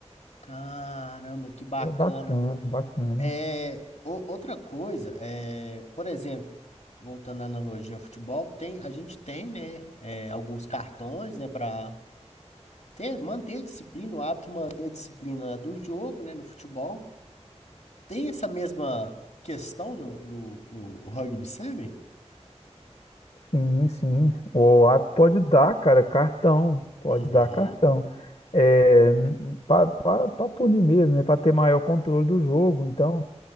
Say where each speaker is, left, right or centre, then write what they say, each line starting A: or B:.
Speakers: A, on the left; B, on the left.
A: Caramba, que bacana.
B: É bacana, bacana.
A: É, o- outra coisa, é, por exemplo, voltando à analogia ao futebol, tem, a gente tem, né, é, alguns cartões, né, para ter, manter a disciplina, o hábito de manter a disciplina do jogo, né, no futebol. Tem essa mesma questão no, no, no Rugby 7?
B: Sim, sim. O árbitro pode dar, cara, cartão. Pode
A: Uhum.
B: dar cartão. É, para punir mesmo, né? Para ter maior controle do jogo. Então,